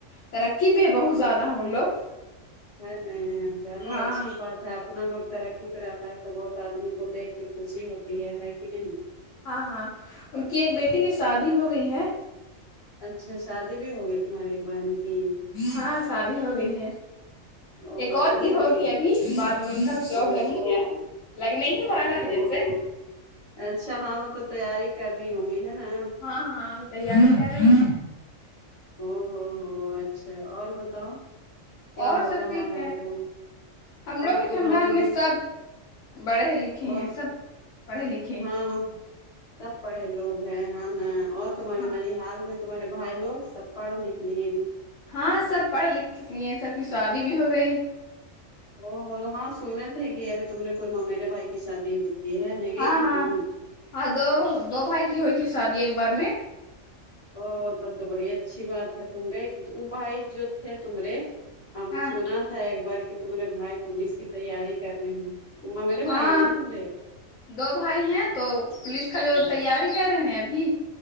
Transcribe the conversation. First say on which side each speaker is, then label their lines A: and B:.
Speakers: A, on the left; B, on the left.
A: ترقی پہ ہے بہت
B: ہاں
A: زیادہ ہیں ان لوگ
B: ہے نہیں چلو
A: ہاں
B: اچھی بات ہے اپنا لوگ ترقی پر آتا ہے تو بہت آدمی کو دیکھ کے خوشی ہوتی ہے ہے کہ نہیں
A: ہاں ہاں ان کی ایک بیٹی کی سادی ہو گئی ہے
B: اچھا شادی بھی ہوگئی تمہاری ایک بہن کی
A: ہاں شادی ہو گئی ہے
B: او
A: ایک اور
B: ابھی
A: کی ہوگی
B: ہوئی
A: ابھی بعد میں ان کا بھی جاب
B: او
A: لگ ہی گیا ہے لگنے ہی
B: او
A: والا
B: ہو
A: ہے جیسے
B: اچھا ہاں مطلب تیاری کرری ہوںگی ہے نا
A: ہاں ہاں وہ تیاری کر رہی ہے
B: او ہو ہو اچھا اور بتاؤ کیا
A: اور
B: ہو
A: سب
B: رہا
A: ٹھیک
B: ہے تم
A: ہم لوگ
B: اور
A: کے
B: تمہارے
A: خاندان میں سب بڑھے لکھے
B: بہت
A: ہیں سب پڑھے لکھے ہیں
B: ہاں بس سب پڑے لوگ ہیں ہاں اور تمہارے
A: ہاں
B: نانی بال میں تمہارے بھائی لوگ سب پڑھ لکھ لیے
A: ہاں سب پڑھ لکھ لیے سب کی سادی بھی ہو گئی
B: ا ہاں سنے تھے کہ ابھی تم نے کوئی مو میرے بھائی کی شادی ہوئی تھی ہے نہیں گئی
A: ہاں
B: تھی
A: ہاں
B: تم
A: ہاں دو دو بھائی کی ہوئی تھی شادی ایک بار میں
B: او تب تو بڑی اچھی بات ہے تم گئی تھی وہ بھائی جو تھے تمرے ہم
A: ہاں
B: سنا تھا ایک بار کہ تمرے بھائی پولیس کی تیاری کر رہے ممیرے
A: ہاں
B: بھائی ہے نا تمہارے
A: دو بھائی ہیں تو پولیس کا جو
B: ہاں
A: تیاری کر رہے ہیں ابھی